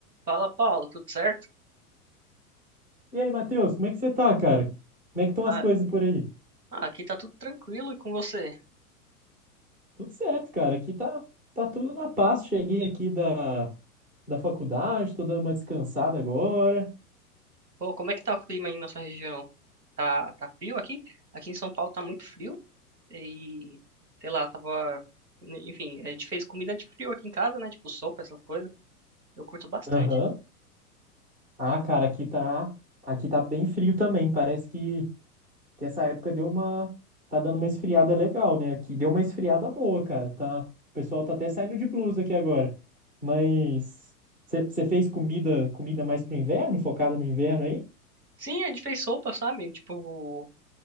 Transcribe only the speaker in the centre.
E aí, Matheus, como é que você tá, cara? Como é que estão
as coisas por aí?
Tudo certo, cara. Aqui tá, tá tudo na paz. Cheguei aqui da, da faculdade, tô dando uma descansada agora.
Aham. Ah, cara, aqui tá, aqui tá bem frio também. Parece que, que essa época deu uma, tá dando uma esfriada legal, né? Aqui deu uma esfriada boa, cara. Tá, o pessoal tá até saindo de blusa aqui agora. Mas você fez comida, comida mais pro inverno, focada no inverno aí?